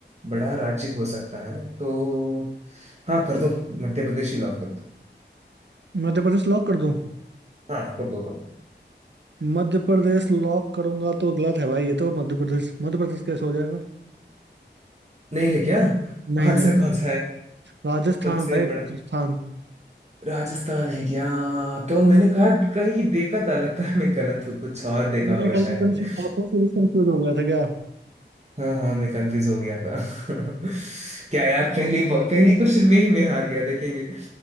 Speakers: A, on the right; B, on the right.
A: बड़ा राज्य हो सकता है तो हाँ कर दो मध्य प्रदेश ही लॉक कर दो
B: मध्य प्रदेश लॉक कर दूं
A: हाँ कर दो कर दो
B: मध्य प्रदेश लॉक करूंगा तो गलत है भाई ये तो मध्य प्रदेश मध्य प्रदेश कैसे हो जाएगा
A: नहीं है क्या
B: नहीं
A: आंसर
B: नहीं
A: कौन सा है
B: राजस्थान
A: सबसे
B: भाई राजस्थान
A: बड़ा राजस्थान है क्या तो मैंने कहा कहीं देखा था लगता है मैं गलत हूँ कुछ और देखा
B: दुनिया
A: होगा
B: ख्याल
A: शायद
B: से कंफ्यूज ऑप्शन से भी कंफ्यूज हो गया था क्या
A: हाँ हाँ मैं कंफ्यूज हो गया था <laughs> क्या यार पहली पहली क्वेश्चन में ही मैं हार गया देखेंगे